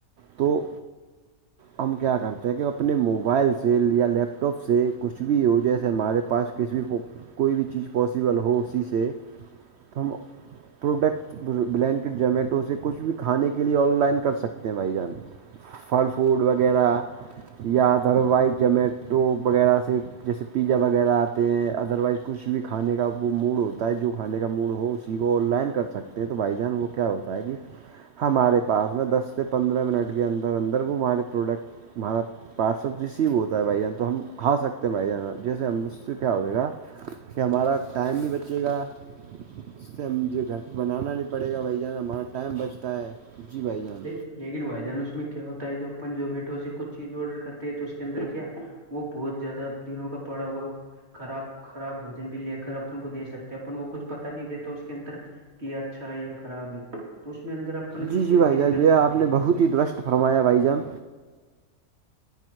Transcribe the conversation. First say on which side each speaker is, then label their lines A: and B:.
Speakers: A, on the right (about 70°); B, on the right (about 45°).
A: تو ہم کیا کرتے ہیں کہ اپنے موبائل سے یا لیپ ٹپ سے کچھ بھی ہو جیسے ہمارے پاس کسی بھی کوئی بھی چیز پاسبل ہو اسی سے ہم پروڈکٹ بلینکٹ زومیٹو سے کچھ بھی کھانے کے لیے آن لائن کر سکتے ہیں بھائی جان پھل فوڈ وغیرہ یا دھروائی جمیٹو وغیرہ سے جیسے پیزا وغیرہ آتے ہیں ادر وائز کچھ بھی کھانے کا وہ موڈ ہوتا ہے جو کھانے کا موڈ ہو اسی کو آن لائن کر سکتے ہیں تو بھائی جان وہ کیا ہوتا ہے کہ ہمارے پاس میں دس سے پندرہ منٹ کے اندر اندر وہ ہمارے پروڈکٹ ہمارا پارسل ریسیو ہوتا ہے بھائی تو ہم کھا سکتے ہیں بھائی جانا جیسے ہم اسھ سے کیا ہوگے گا کہ ہمارا ٹائم بھی بچے گا اس سے مجھے گھر پہ بنانا نہیں پڑے گا بھائی جان ہمارا ٹائم بچتا ہے جی بھائی جان
B: لیکن وھائیدان اس میں کیا ہوتا ہے جو اپن زمیٹو سے کچھ چیز آرڈر کرتے ہیں تو اس کے اندر کیا وہ بہت زیادہ دنوں کا پڑا ہوا خراب خراب بوجن بھی لے کر اپن کو دے سکتے ہیں اپن کو کچھ پتا نہیں رہتا اس کے اندر کہ اچھا ہے یا خراب ہے تو اس میں اندر اپن کی
A: جی جی
B: صحت
A: بھائی
B: ہی بگڑ سکتی
A: آپ نے
B: ہے
A: بہت ہی درشٹ فرمایا بھائی جان